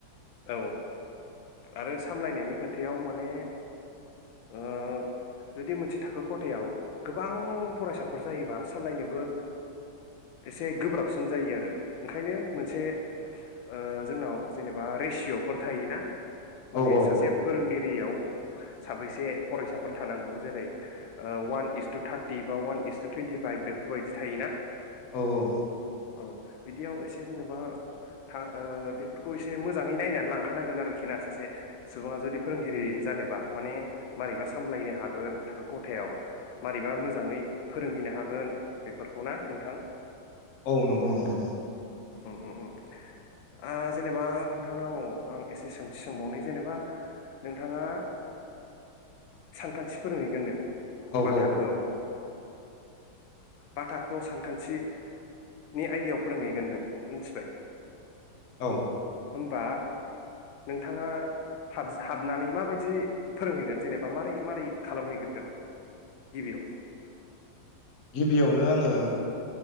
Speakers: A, on the left; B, on the left.
A: औ आरो सामलायनायनि खोथायाव माने ओ जुदि मोनसे थाखो खथायाव गोबां फरायसाफोर जायोबा सामलायनोबो एसे गोब्राबसिन जायो आरो ओंखायनो मोनसे ओ जोंनाव जेनेबा बा रेसिअ'फोर थायोना माने
B: औ औ
A: सासे फोरोंगिरि बेयाव साबैसे फरायसाफोर थानांगौ जेरै ओ वान इस टु थार्टि बा वान इस टु टुवन्टि फाइभ बेफोरबायदि थायोना
B: औ औ
A: औ बिदियाव एसे जेनेबा था ओ बेफोरखौ एसे एसे मोजाङै नायनानै लांखानांगोन आरोखि ना सासे सुबुङा जुदि फोरोंगिरि जानोबा माने मारैबा सामलायनो हागोन थाखो खथायाव मारैबा मोजाङै फोरोंहैनो हागोन बेफोरखौ ना नोंथां
B: औ नंगौ नोंथां
A: उम उम उम ओ जेनेबा नोंथांनाव आं एसे सोंथि सोंबावनो जेनेबा नोंथाङा सानखान्थि फोरै गोनो
B: औ
A: बा
B: औ
A: थाखोआव बा थाखोआव सानखान्थिनि आयदायाव फोरोंहैगोन नों मिनथिबाय
B: औ
A: होमबा नोंथाङा हाब हाबनानै माबायदि फोरोंहैगोन जेनेबा मारै मारै खालामहैग्रोनगोन गिबियाव
B: गिबियावनो आङो